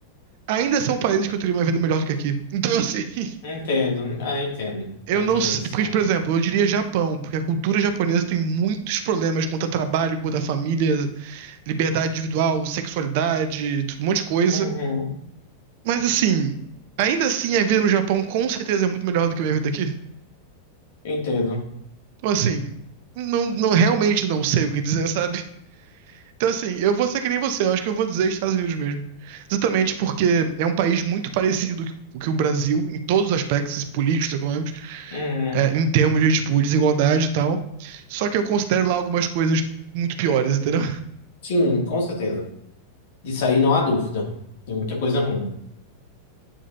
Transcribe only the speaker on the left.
entendo. Ah, entendo.
Nem
tem
isso,
né?
Uhum,
entendo.
Uhum.
Sim, com certeza. Disso aí não há dúvida. Tem muita coisa ruim.